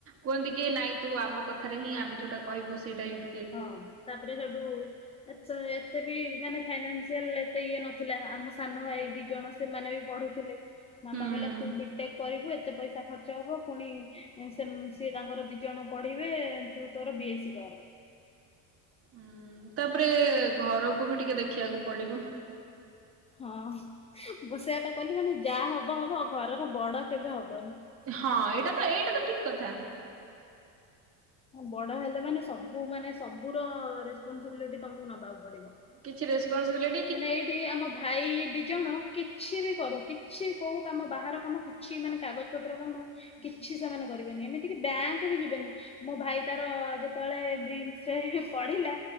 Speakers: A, on the right (about 35°); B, on the left (about 15°).
A: କୁହନ୍ତି କି ନାଇଁ ତୁ ଆମ କଥାରେ ହିଁ ଆମ ଯଉଟା କହିବୁ ସେଇଟା ହିଁ ଠି
B: ହଁ ତାପରେ ସେଠୁ ଏଚା ଏତେ ବି ମାନେ ଫାଇନାସିଆଲ ଏତେ ଇଏ ନ ଥିଲା ଆମ ସାନ ଭାଇ
A: ହୁଁ
B: ଦି ଜଣ ସେମାନେ ବି ପଢ଼ୁଥିଲେ। ମାମା
A: ହୁଁ
B: କହିଲା
A: ହୁଁ।
B: ତୁ ବିଟେକ୍ କରିବୁ ଏତେ ପଇସା ଖର୍ଚ୍ଚ ହବ ପୁଣି ଏ ସେମ ସିଏ ତାଙ୍କର ଦି ଜଣ ପଢ଼ିବେ ତୁ ତୋର ବି ଏସ୍ ସି କର।
A: ଉଁ ତାପରେ ଘରକୁ ବି ଟିକେ ଦେଖିବାକୁ ପଡ଼ିବ।
B: ହଁ ବ ସେୟାପା କହିଲି ମାନେ ଯାହା ହବ ହବ ଘରର ବଡ଼ କେବେ ହବନି।
A: ହଁ ଏଇଟା ତ ଏଇଟା ତ ଠିକ କଥା।
B: ବଡ଼ ହେଲେ ମାନେ ସବୁ ମାନେ ସବୁର ରେସପନସିବିଲିଟି ତମକୁ ନବାକୁ ପଡ଼ିବ।
A: କିଛି ରେସପନ୍ସିବିଲିଟି
B: ମାନେ ଏଇଠି ଆମ ଭାଇ ଦି ଜଣ କି ଛି ବି କରୁ, କିଛି କଉ କାମ ବାହାର କାମ କିଛି ମାନେ କାଗଜ ପତ୍ର କାମ କିଛି ସେମାନେ କରିବେନି, ଏମିତିକି ବ୍ୟାଙ୍କ ବି ଯିବେନି, ମୋ ଭାଇ ତାର ଯେତେବେଳେ ଡ୍ରିମ୍ ରେ ପଢ଼ିଲା